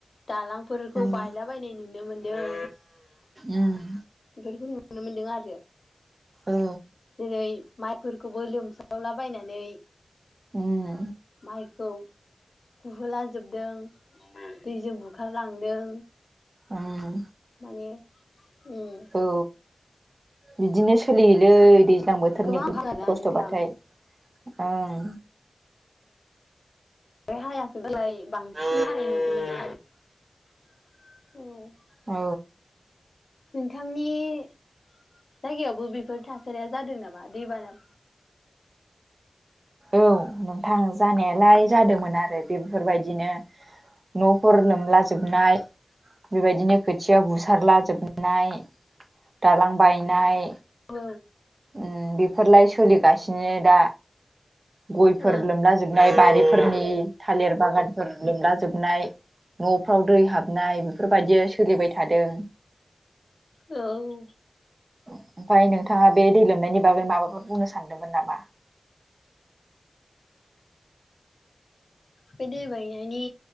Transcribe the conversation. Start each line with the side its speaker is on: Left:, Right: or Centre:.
Left: दालांफोरखौ
Right: उम
Left: बायलाबायायनाय नुनो मोनदों,
Right: उम
Left: बेफोरखौ नुनो मोनदों आरो
Right: औ
Left: जेरै माइफोरखौबो लोमसावलाबायनानै
Right: उम
Left: माइखौ गुहोलाजोबदों दैजों बुखारलांदों।
Right: ओं।
Left: माने उम
Right: औ बिदिनो सोलियोलै दै ज्लां बोथोरनि
Left: गोबां हादोंना
Right: खस्थबाथाय
Left: नोंथां
Right: ओं
Left: <unintelligible>
Right: औ औ।
Left: नोंथांनि जायगायावबो बेफोर थासारिया जादों नामा दैबाना
Right: औ नोंथां जानायालाय जादोंमोन आरो बेफोरबायदिनो नफोर लोमला जोबनाय, बेबायदिनो खोथिया बुसारला जोबनाय, दालां बायनाय,
Left: औ
Right: उम बेफोरलाय सोलिगासिनो दा। गयफोर
Left: औ
Right: लोमला जोबनाय, बारिफोरनि थालिर बागानफोर लोमला जोबनाय। नफ्राव दै हाबनाय बेफोरबायदिया सोलिबाय थादों।
Left: औ
Right: ओमफ्राय नोंथाङा बे दै लोमनायनि बागै माबाफोर बुंनो सानदोंमोन नामा?
Left: बे दै बायनायनि